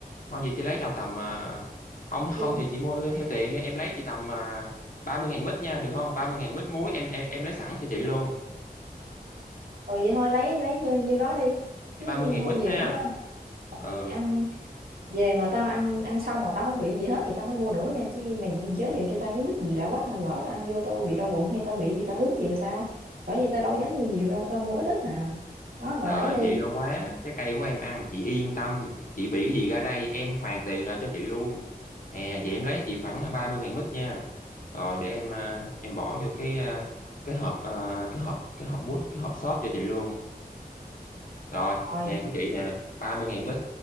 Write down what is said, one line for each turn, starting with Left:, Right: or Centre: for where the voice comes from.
Left: thôi vậy chị lấy đâu tầm à, không không
Right: thì
Left: thì chị mua theo tiền đi em lấy chị tầm à, ba mươi ngàn mít nha được không ba mươi ngàn mít muối em em em lấy sẵn cho chị luôn
Right: ừ vậy thôi lấy lấy như đó đi
Left: chị
Right: chứ
Left: ba
Right: mua
Left: mươi ngàn mít
Right: nhiều
Left: ha
Right: quá ừ,
Left: ừ
Right: ăn về mà tao ăn ăn xong mà tao không bị gì hết thì tao mới mua nữa nha chứ mày giới thiệu cho tao cái mức gì lạ quắc là lỡ tao ăn vô tao bị đau bụng hay tao bị phản ứng gì rồi sao bởi vì tao đâu dám mua nhiều đâu tao mua ít ít à đó rồi
Left: trời
Right: lấy
Left: ơi
Right: đi
Left: chị lo quá trái cây của em ăn là chị yên tâm chị bị cái gì ra đây em hoàn tiền lại cho chị luôn nè vậy em lấy chị khoảng ba mươi ngàn mít nha rồi để em à, em bỏ vô cái à, cái hộp à, cái hộp cái hộp mút cái hộp xốp cho chị luôn rồi
Right: rồi
Left: nè của chị nè ba mươi ngàn mít